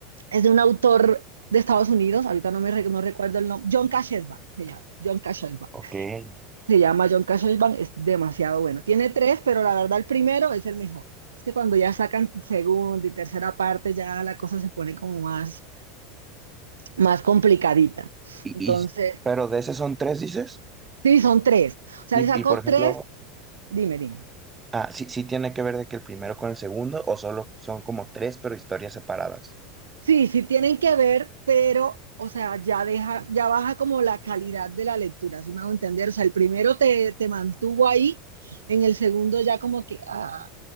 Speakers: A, on the right; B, on the right.
A: es de un autor de Estados Unidos, ahorita no me re- no recuerdo el nombre, John Kashesban se llama, John Kashesban.
B: Ok. Y,
A: Se llama John Kashesban, es demasiado bueno. Tiene tres, pero la verdad el primero es el mejor. Es que cuando ya sacan segunda y tercera parte, ya la cosa se pone como más, más complicadita.
B: y-
A: Entonces,
B: pero de ese son tres, dices.
A: sí, son tres. O sea,
B: Y,
A: le sacó
B: y por ejemplo,
A: tres, dime, dime.
B: ah, sí, sí tiene que ver de que el primero con el segundo, o solo son como tres, pero historias separadas.
A: Sí, sí tienen que ver, pero, o sea, ya deja, ya baja como la calidad de la lectura, ¿sí me hago entender? O sea, el primero te, te mantuvo ahí, en el segundo ya como que, ah,